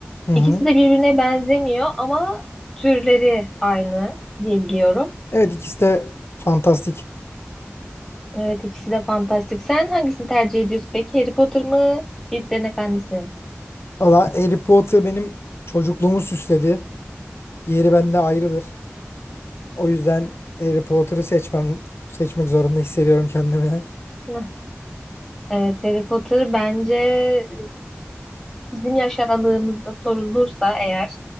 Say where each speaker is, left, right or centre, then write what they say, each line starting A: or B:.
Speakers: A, on the left; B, in the centre.
A: Hı hı.
B: İkisi de birbirine benzemiyor ama türleri aynı diye biliyorum.
A: Evet ikisi de fantastik.
B: Evet ikisi de fantastik. Sen hangisini tercih ediyorsun peki? Harry Potter mı? Yüzüklerin Efendisi mi?
A: Valla Harry Potter benim çocukluğumu süsledi. Yeri bende ayrıdır. O yüzden Harry Potter'ı seçmem, seçmek zorunda hissediyorum kendimi.
B: Hıh. Evet Harry Potter bence e, bizim yaş aralığımızda sorulursa eğer